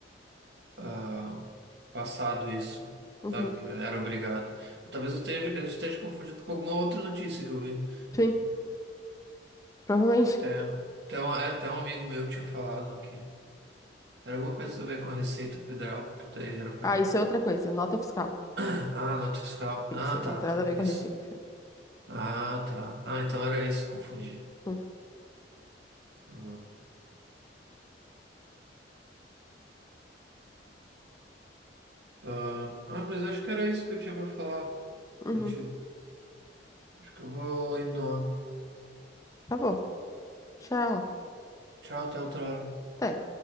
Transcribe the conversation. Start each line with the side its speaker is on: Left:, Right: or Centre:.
Right: ah, passado isso.
Left: Uhum.
Right: Sabe, que era obrigado. Talvez eu esteja, eu esteja confundido com alguma outra notícia que eu vi.
Left: Sim, provavelmente.
Right: Até, até, um, é, até um amigo meu tinha falado que Era alguma coisa a ver com a Receita Federal, que daí era pra.
Left: Ah, isso é outra coisa. Nota fiscal.
Right: <clears throat> Ah, nota fiscal.
Left: Tem
Right: Ah,
Left: que ser,
Right: tá,
Left: não tem
Right: tá.
Left: nada a ver
Right: Isso.
Left: com a receita.
Right: Ah, tá. Ah, então era isso, confundi.
Left: Hum,
Right: Ah, ah, ah, mas acho que era isso que eu tinha pra falar
Left: Uhum.
Right: contigo. Acho que eu vou indo.
Left: Tá bom. Tchau.
Right: Tchau, até outra hora.
Left: Até.